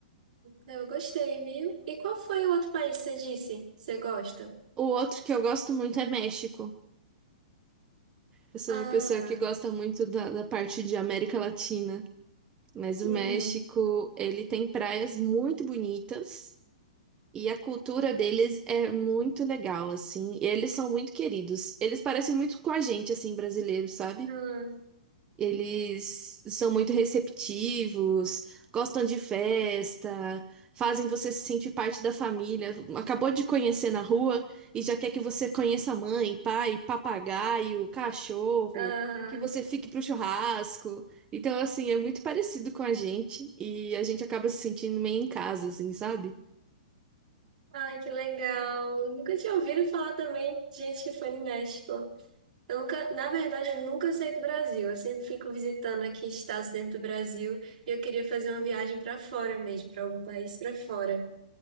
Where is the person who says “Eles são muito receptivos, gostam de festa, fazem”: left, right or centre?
Right